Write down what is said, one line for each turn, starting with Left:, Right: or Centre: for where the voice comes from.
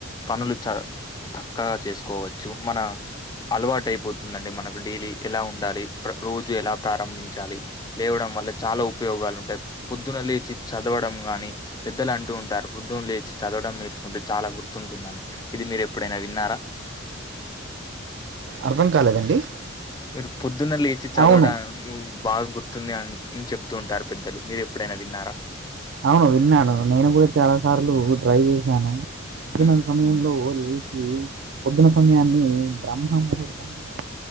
Left: పనులు చ చక్కగా చేసుకోవచ్చు మన అలవాటు అయిపోతుందండి మనకు డైలీ ఎలా ఉండాలి రోజు ఎలా ప్రారంభించాలి లేవడం వల్ల చాలా ఉపయోగాలు ఉంటాయి పొద్దున లేచి చదవడం గాని పెద్దల అంట అంటూ ఉంటారు పొద్దున్న లేచి చదవడం నేర్చుకుంటే చాలా గుర్తుంటుందని ఇది మీరు ఎప్పుడైనా విన్నారా
Right: అర్థం కాలేదండి
Left: మీరు పొద్దున్న లేచి చదవడం
Right: అవును
Left: బాగా గుర్తుంది అని చెప్తూ ఉంటారు పెద్దలు మీరు ఎప్పుడైనా విన్నారా
Right: అవును విన్నాను నేను కూడా చాలా సార్లు ట్రై చేశాను పొద్దున్న
Left: హ్మ్.
Right: సమయంలో లేచ్ హ్మ్ పొద్దున సమయాన్ని బ్రహ్మ ముహూర్తం అంటారు